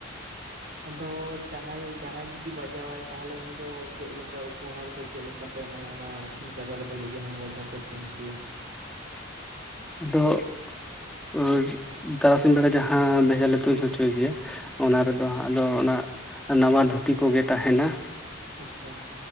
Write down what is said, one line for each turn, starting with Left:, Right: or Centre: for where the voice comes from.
Centre: <inaudible>
Right: ᱟᱫᱚ ᱡᱟᱦᱟᱸᱭ ᱡᱟᱦᱟᱸᱭ ᱡᱩᱫᱤ ᱵᱟᱡᱟᱣᱟᱭ ᱛᱟᱦᱟᱞᱮ ᱩᱱᱤ ᱫᱚ ᱪᱮᱜ ᱞᱮᱠᱟ ᱩᱯᱚᱦᱟᱨ ᱫᱚ ᱪᱮᱜ ᱞᱮᱠᱟ? ᱠᱟᱯᱮ ᱮᱢᱟᱭᱟ ᱚᱱᱟ ᱥᱤᱧ ᱥᱟᱠᱨᱟᱛ ᱟᱹᱞᱩ ᱡᱟᱦᱟᱸ ᱵᱚᱡᱷᱟ ᱯᱮ ᱛᱩᱧ ᱚᱪᱚᱭᱟ?
Centre: ᱟᱫᱚ <unintelligible> ᱛᱟᱨᱟᱥᱤᱧ ᱵᱮᱲᱟ ᱡᱟᱦᱟᱸ ᱵᱮᱡᱷᱟ ᱞᱮ ᱛᱩᱧ ᱦᱚᱪᱚ ᱪᱩᱭ ᱜᱮᱭᱟ
Right: ᱦᱩᱸ ᱦᱩᱸ
Centre: ᱚᱱᱟ ᱨᱮᱫᱚ ᱦᱟᱜᱫᱚ ᱚᱱᱟ ᱱᱟᱣᱟ ᱫᱷᱩᱛᱤ ᱠᱚᱜᱮ ᱛᱟᱦᱮᱸᱱᱟ ᱾
Right: ᱟᱪᱪᱷᱟ <unintelligible>